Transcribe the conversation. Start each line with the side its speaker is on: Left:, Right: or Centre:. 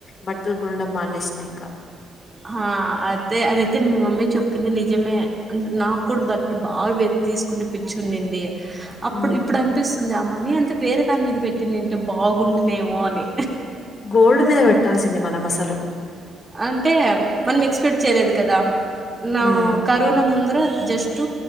Left: బట్టలు కొనడం మానేసిన ఇంకా
Right: ఆ అయితే అదైతే మీ మమ్మీ చెప్పింది నిజమే అంటే నాకు కూడ <unintelligible> తీసుకుండే పిచ్చి వున్నింది అప్పుడు
Left: ఉమ్.
Right: ఇప్పుడు అనిపిస్తుంది అ కానీ అంత వేరే దాని మీద పెట్టింనింటే బాగుంనేమో అని
Left: గోల్డ్ మీద పెట్టాల్సింది మనము అసలు
Right: అంటే మనం ఎక్స్పెక్ట్ చేయలేదు కదా <unintelligible>
Left: ఉమ్,
Right: కరోనా ముందుర జస్ట్